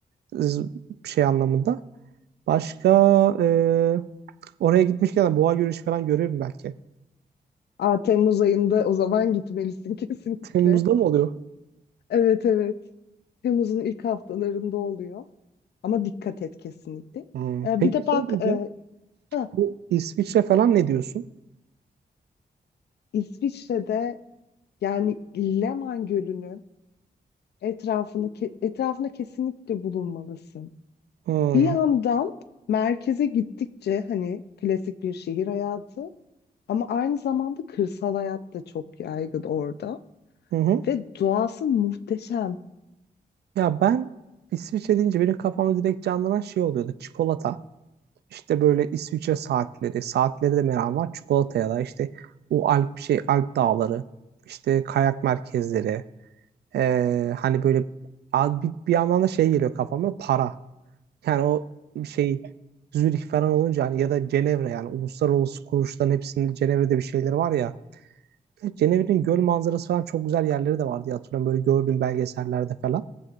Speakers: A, on the right; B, on the left.
A: Z- Şey anlamında. Başka e, oraya gitmişken de boğa yürüyüşü falan görürüm belki.
B: Aa, Temmuz ayında o zaman gitmelisin <laughs> kesinlikle.
A: Temmuz'da mı oluyor?
B: Evet evet. Temmuz'un ilk haftalarında oluyor. Ama dikkat et kesinlikle.
A: Hmm,
B: Ee,
A: Peki
B: bir de bak
A: şey diyeceğim.
B: e, ha,
A: Bu İsviçre falan ne diyorsun?
B: İsviçre'de Yani Leman Gölü'nün etrafını ke- etrafında kesinlikle bulunmalısın.
A: Hmm,
B: Bir yandan merkeze gittikçe hani klasik bir şehir hayatı ama aynı zamanda kırsal hayat da çok yaygın orada
A: Hı hı.
B: ve doğası muhteşem.
A: Ya ben İsviçre deyince benim kafamda direkt canlanan şey oluyordu. Çikolata. İşte böyle İsviçre saatleri, saatleri de meram var. Çikolataya da işte o Alp şey Alp dağları, işte kayak merkezleri, ee, hani böyle a- bir, bir yandan da şey geliyor kafama para. Yani o şey Zürih falan olunca hani ya da Cenevre yani uluslararası kuruluşların hepsinin Cenevre'de bir şeyleri var ya. E, Cenevre'nin göl manzarası falan çok güzel yerleri de vardı diye hatırlıyorum böyle gördüğüm belgesellerde falan.